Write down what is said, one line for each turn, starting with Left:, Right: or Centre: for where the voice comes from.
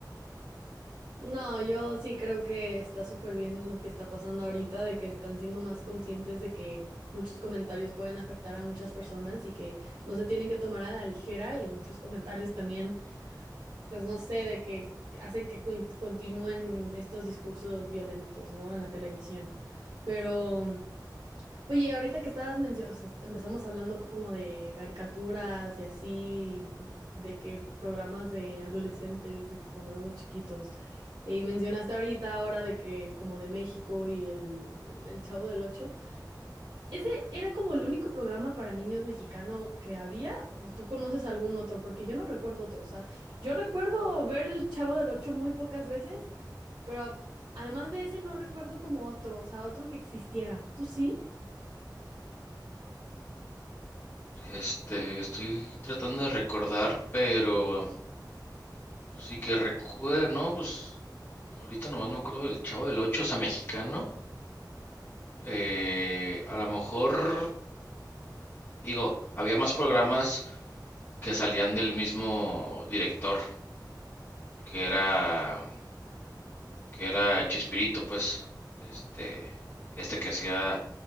Right: No, yo sí creo que está súper bien lo que está pasando ahorita, de que están siendo más conscientes de que muchos comentarios pueden afectar a muchas personas y que no se tienen que tomar a la ligera y muchos comentarios también, pues no sé, de que hacen que coin- continúen estos discursos violentos, ¿no? En la televisión. Pero Oye, ahorita que estabas mencionando, empezamos hablando como de caricaturas y así, de que programas de adolescentes, de que cuando éramos chiquitos. Y mencionaste ahorita ahora de que como de México y el, el Chavo del Ocho. ¿Ese era como el único programa para niños mexicano que había? ¿O tú conoces algún otro? Porque yo no recuerdo otro. O sea, yo recuerdo ver el Chavo del Ocho muy pocas veces, pero a- además de ese no recuerdo como otro, o sea, otro que existiera. ¿Tú sí?
Left: Este, estoy tratando de recordar, pero Pues sí, que recuerde, no, pues ahorita nomás me acuerdo del Chavo del Ocho, o sea, mexicano. Eh, a lo mejor, digo, había más programas que salían del mismo director, que era, que era Chispirito, pues, este, este que hacía